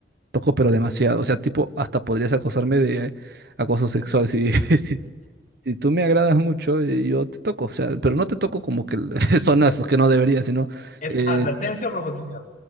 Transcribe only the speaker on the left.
¿Es
advertencia o proposición?